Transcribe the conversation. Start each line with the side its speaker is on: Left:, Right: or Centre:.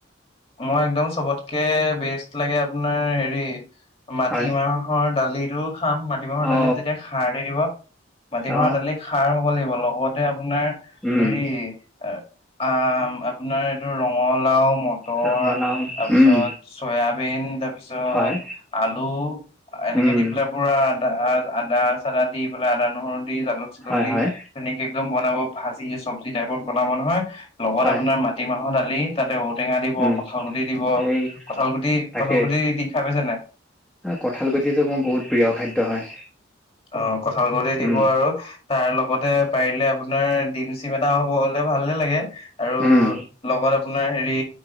Left: মই একদম চবতকে বেষ্ট লাগে আপোনাৰ হেৰি মাটি
Centre: হয়
Left: মাহৰ দালিত খাম মাটিমাহৰ
Centre: অ
Left: দালিত যেতিয়া খাৰ দি দিব, মাটিমাহৰ
Centre: অ
Left: দালিত খাৰ হ'ব লাগিব লগতে আপোনাৰ
Centre: উম
Left: হেৰি আ, আপোনাৰ এইটো ৰ ঙলাও, ম ৰ,
Centre: ৰঙালাও
Left: তাৰপিছত
Centre: উম
Left: চয়াবিন, তাৰপিছত
Centre: হয়
Left: আলু, এনেকে
Centre: উম
Left: দি পেলাই পুৰা দা আদা চাদা দি পেলাই আদা, নহৰু জালুক চালুক
Centre: হয়
Left: দি
Centre: হয়
Left: তেনেকে একদম ব বনাব ভাজি, চব্জি টাইপত বনাব নহয় লগত
Centre: হয়
Left: আপোনাৰ মাটিমাহৰ দা লি, তাতে ঔটেঙা কঁঠালগুটি
Centre: উম
Left: দিব
Centre: এই
Left: কঁঠালগুটি,
Centre: তাকে
Left: কঁঠালগুটি দি খায় পাইছা নে নাই?
Centre: কঁঠাল গুটিটো মোৰ বহুত প্ৰিয় খাদ্য হয়।
Left: অ', কঁঠাল গুটি দিব
Centre: উম
Left: আৰু তাৰলগত তে পাৰিলে আপোনাৰ ডিম চিম এটা হ'ব হলে ভালে লাগে। আৰু
Centre: উম
Left: লগত আপোনাৰ হেৰি